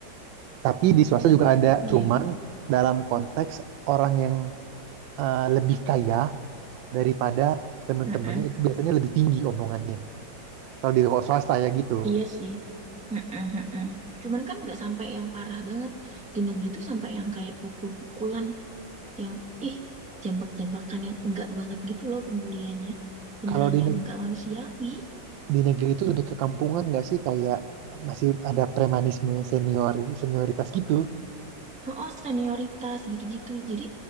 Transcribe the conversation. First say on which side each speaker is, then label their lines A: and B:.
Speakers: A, on the right; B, in the centre.
A: Tapi di swasta juga ada,
B: Oh my
A: cuman
B: God.
A: dalam konteks orang yang eh, lebih kaya daripada teman-temannya
B: Mm-mm.
A: itu biasanya lebih tinggi omongannya. Kalau di swasta ya gitu.
B: Iya sih. Mm-mm, mm-mm. Cuman kan nggak sampai yang parah banget. Di negeri tuh sampai yang kayak pukul-pukulan, yang ih, jambak-jambakan yang enggak banget gitu loh pembuliannya. Beneran
A: Kalau di
B: yang
A: neg-
B: enggak manusiawi.
A: di negeri itu udah kekampungan kampungan nggak sih kayak masih ada premanisme senior senioritas gitu.
B: oh senioritas gitu-gitu jadi